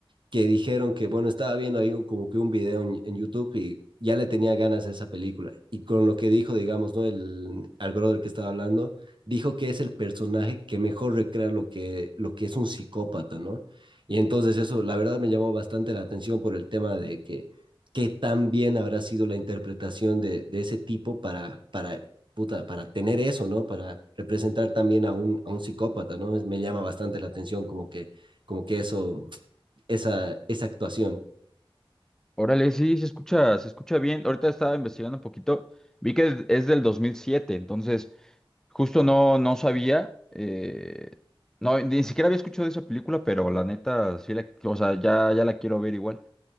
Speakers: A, on the right; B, in the centre.
A: que dijeron que, bueno, estaba viendo ahí un- como que un video en, en YouTube y ya le tenía ganas a esa película. Y con lo que dijo, digamos, ¿no? El, al brother que estaba hablando, dijo que es el personaje que mejor recrea lo que, lo que es un psicópata, ¿no? Y entonces eso, la verdad, me llamó bastante la atención por el tema de que qué tan bien habrá sido la interpretación de, de ese tipo para, para, puta, para tener eso, ¿no? Para representar también a un, a un psicópata, ¿no? Es- me llama bastante la atención como que, como que eso esa, esa actuación.
B: Órale, sí, se escucha, se escucha bien. Ahorita estaba investigando un poquito, vi que es del 2007 entonces... Justo no, no sabía, eh, no, ni siquiera había escuchado de esa película, pero la neta, sí la, o sea, ya, ya la quiero ver igual.